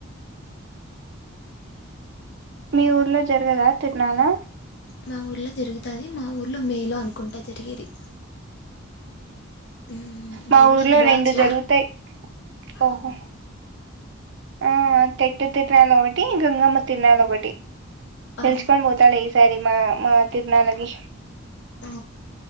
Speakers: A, on the right (about 55°); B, on the left (about 50°).
A: మీ ఊర్లో జరగదా తిరునాలా
B: మా ఊర్లో జరుగుతాది మా ఊర్లో మేలో అనుకుంటా జరిగేది ఉమ్,
A: మా ఊర్లో
B: అంత బాగా
A: రెండు
B: చెయ్యరు
A: జరుగుతాయి ఓహో
B: అవునా
A: ఆ తెట్టు తిర్నాల్ ఒకటి గంగమ్మ తిరునాల్ ఒకటి
B: ఆ
A: పిలిచుకొని పోతాలే ఈసారి మా మా తిరునాలకి
B: ఓ